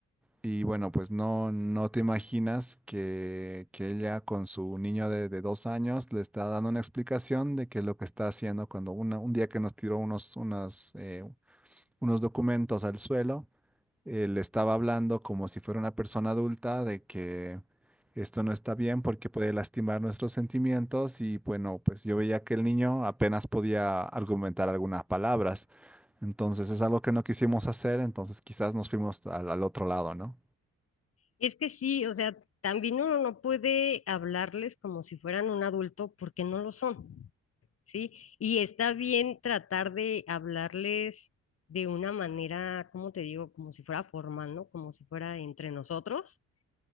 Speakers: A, in the centre; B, on the left (about 50°).
A: Y bueno, pues no, no te imaginas que, que ella con su niño de, de dos años le está dando una explicación de que lo que está haciendo cuando una- un día que nos tiró unos, unas, eh, unos documentos al suelo eh, le estaba hablando como si fuera una persona adulta de que esto no está bien porque puede lastimar nuestros sentimientos y bueno, pues yo veía que el niño apenas podía argumentar algunas palabras. Entonces es algo que no quisimos hacer, entonces quizás nos fuimos al, al otro lado, ¿no?
B: Es que sí, o sea, también uno no puede hablarles como si fueran un adulto porque no lo son, ¿sí? Y está bien tratar de hablarles de una manera, ¿cómo te digo? Como si fuera formal, ¿no? Como si fuera entre nosotros